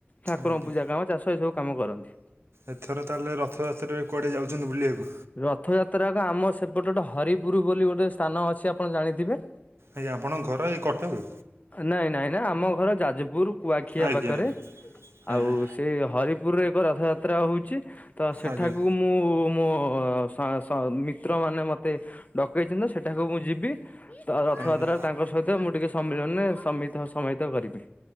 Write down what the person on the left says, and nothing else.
ଠାକୁରଙ୍କ
ପୂଜା କାମ ଚାଷ ଏସବୁ କାମ କରନ୍ତି।
ରଥଯାତ୍ରା ଏକ ଆମ ସେପଟେ ଗୋଟେ ହରିପୁର ବୋଲି ଗୋଟେ ସ୍ଥାନ ଅଛି ଆପଣ ଜାଣିଥିବେ?
ନାଇଁ-ନାଇଁ-ନାଇଁ ଆମ ଘର ଯାଜପୁର କୁଆଖିଆ
ପାଖରେ,
ଆଉ
ଏ ହରିପୁରରେ ଏକ ରଥଯାତ୍ରା ହେଉଚି, ତ ସେଠାକୁ
ମୁଁ ମୋ ଉଁ <unintelligible> ମିତ୍ରମାନେ ମତେ ଡକେଇଚନ୍ତି ସେଠାକୁ ମୁଁ ଯିବି। ତ ରଥଯାତ୍ରାରେ
ତାଙ୍କ ସହିତ ମୁଁ ଟିକେ ସମ୍ମିଳନୀରେ <unintelligible> ସମହିତ କରିବି।